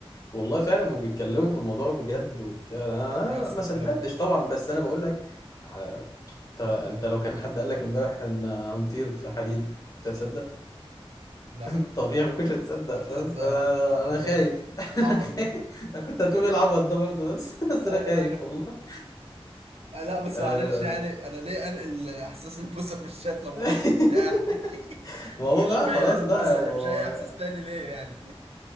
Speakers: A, on the left; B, on the right.
A: والله فعلا وبيتكلموا في الموضوع بجد وبتاع انا
B: يا اسطى
A: أنا ما صدقتش
B: الكلام ده يا اسطى
A: طبعا بس انا بقول لك على- ط- انت لو كان حد قال لك امبارح ان هنطير في حديد كنت هتصدق
B: لا
A: <laughs> طبيعي ما كنتش هتصدق
B: <laughs>
A: فاهم
B: ده ازاي
A: فانا
B: هقول ايه العبط
A: انا
B: ده
A: خايف
B: يا اسطى
A: <laughs>
B: إيه العبط
A: انا خايف
B: ده
A: انا كنت هتقول إيه العبط ده برضه بس بس
B: <laughs> ايوه
A: انا خايف
B: ايوه
A: والله
B: آه، لا بس
A: آه.
B: معلش يعني انا ليه انقل احساس البوسه في الشات لا مؤاخذة
A: <laughs>
B: يعني <laughs>
A: ما هو
B: واشمعنى
A: بقى خلاص
B: البوسه
A: بقى هو...
B: اللي مش اي احساس تاني ليه يعني